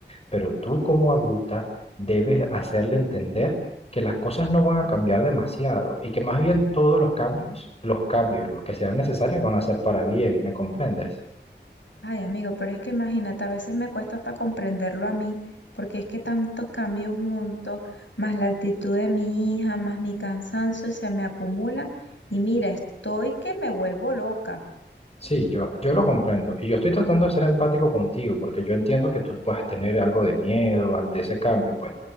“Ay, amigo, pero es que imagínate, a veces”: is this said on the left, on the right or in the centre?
Left